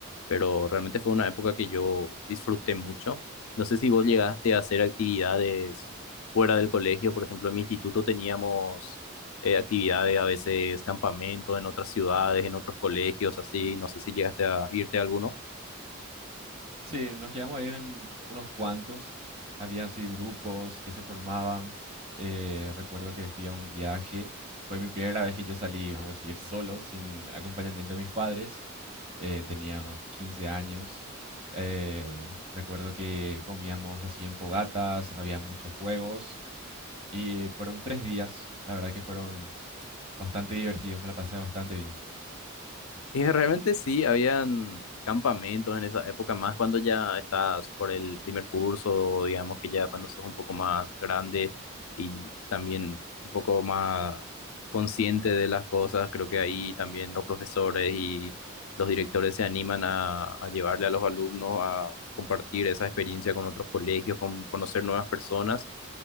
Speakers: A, on the left; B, on the right.
A: pero realmente fue una época que yo disfruté mucho. No sé si vos llegaste a hacer actividades fuera del colegio, por ejemplo, en mi instituto teníamos eh, actividades, a veces campamentos en otras ciudades, en otros colegios, así, no sé si llegaste a irte a alguno.
B: Sí, nos llegamos a ir en unos cuantos. Había así grupos que se formaban. eh, recuerdo que fui a un viaje. Fue mi primera vez que yo salí, vamos a decir, solo, sin acompañamiento de mis padres. eh, tenía unos 15 años. eh, recuerdo que comíamos así en fogatas, había muchos juegos y fueron tres días. La verdad que fueron bastante divertidos, me la pasé bastante bien.
A: Y realmente sí, habían campamentos en esa época, más cuando ya estás por el primer curso, digamos que ya cuando sos un poco más grande y también un poco más consciente de las cosas, creo que ahí también los profesores y los directores se animan a, a llevarle a los alumnos a compartir esa experiencia con otros colegios, con conocer nuevas personas